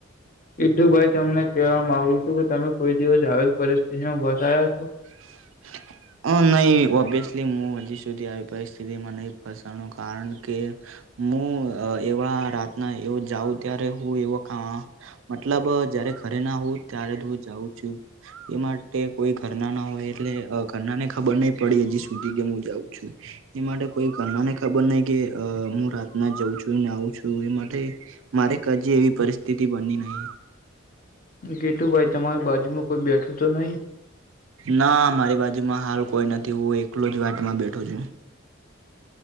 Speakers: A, on the left; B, on the right.
A: ઈટુ ભાઈ તમને કહેવા માગુ છું કે તમે કોઈ દિવસ આવી પરિસ્થિતિમાં વસાયા છો.
B: <inaudible> <inaudible> અ નહી ઓબ્વિયસલી હું હજી સુધી આવી પરિસ્થિતિમાં નહી ફસાણ કારણ કે. હું એવા રાતના એ જાઉં ત્યારે હું એવ. મતલબ જયારે ઘરે ના હોઉ ત્યારે હું જાઉં છું એ માટે કોઈ. કરના ના હોય એટલે કરના ને ખબર નહી પડી હજી સુધી કે હું જાઉં છું. એ માટે કોઈ ઘનાને ખબર નહ કે હું રાતના જઉં છુંને આવું છું એ માટે. મારે કજી એવી પરિસ્થિતિ બની નહી.
A: ગીટુ ભાઈ તમારી બાજુમાં કોઈ બેઠું તો નહી.
B: ના મારી બાજુમાં હાલ કોઈ નથી હું એકલો જ વાટમાં બેઠો છું.